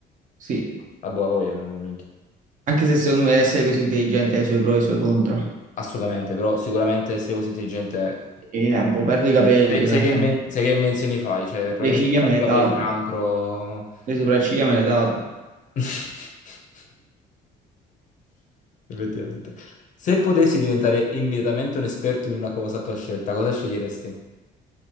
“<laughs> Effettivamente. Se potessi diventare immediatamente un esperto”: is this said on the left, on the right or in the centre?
Left